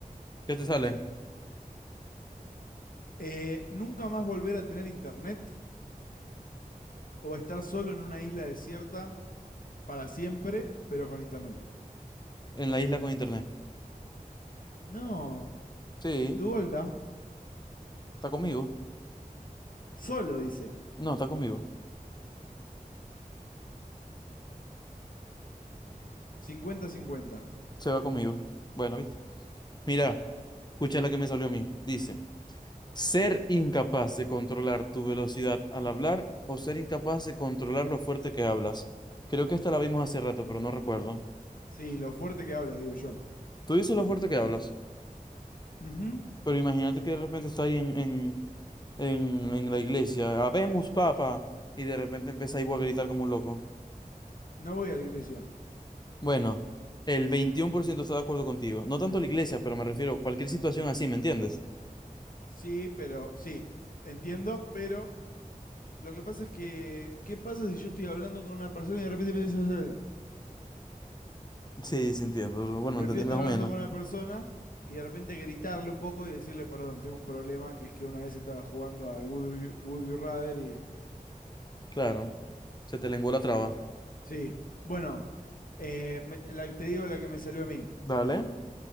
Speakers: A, on the left; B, on the left.
A: ¿Qué te sale?
B: Eh, nunca más volver a tener internet o estar solo en una isla desierta para siempre, pero con internet.
A: En la isla con internet.
B: No.
A: Sí,
B: ¿Y tu Golda?
A: está conmigo.
B: Solo, dice.
A: No, está conmigo.
B: cincuenta cincuenta
A: Se va conmigo. Bueno, ¿viste? Mira, escucha la que me salió a mí. Dice. Ser incapaz de controlar tu velocidad al hablar o ser incapaz de controlar lo fuerte que hablas. Creo que esta la vimos hace rato, pero no recuerdo.
B: Sí, lo fuerte que hablas, digo yo.
A: Tú dices lo fuerte que hablas,
B: Ujú.
A: pero imagínate que de repente está ahí en, en, en, en la iglesia, habemos papa, y de repente empieza ahí a gritar como un loco.
B: No voy a la iglesia.
A: Bueno, el 21% está de acuerdo contigo. No tanto la iglesia, pero me refiero a cualquier situación así, ¿me entiendes?
B: Sí, pero sí. Entiendo, pero lo que pasa es que, ¿qué pasa si yo estoy hablando con una persona y de repente me dice, ¿entendés?
A: Sí, sí entiendo. Bueno,
B: Prefiero
A: entendí
B: estar
A: más o
B: hablando
A: menos.
B: con una persona y de repente gritarle un poco y decirle, perdón, tengo un problema, que es que una vez estaba jugando al Wood, You- Would You Rather y...
A: Claro, se te lenguó la traba.
B: Sí. Bueno, eh, me- la- te digo la que me salió a mí.
A: Dale.